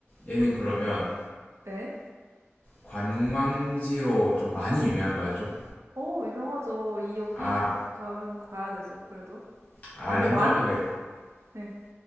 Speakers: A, on the left; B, on the right.
A: 얘는
B: 후,
A: 그러면
B: 네.
A: 관광지로 좀 많이 유명한가요? 좀?
B: 오, 유명하죠. 이 여기
A: 아,
B: 가면 가야 되죠. 그래도.
A: 아
B: 아, 근데
A: 랜드마크니까
B: 많이? 네,